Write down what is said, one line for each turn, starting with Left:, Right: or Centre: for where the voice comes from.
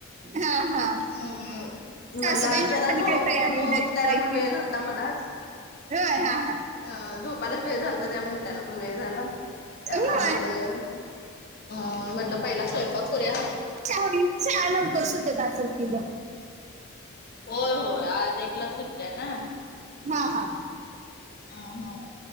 Right: हा हा
Left: हम्
Right: सासूबाईंची
Left: म्हणलं जरा
Right: झाली
Left: झोपून
Right: काय तयारी
Left: उठायला
Right: उद्याची जायची
Left: पण वेळो. आ मलाच.
Right: होय हा हा
Left: अ झोपायलाच वेळ झाल तर त्या उटायला पण वेळ झाला त्यामुळ
Right: होय
Left: म्हणलं. अ म्हटलं पहिला स्वयंपाक करु या.
Right: शाळा लवकर सुटत असेल तिचा.
Left: होय होय आज एकला सुटक्या ना.
Right: हा हा
Left: हा हा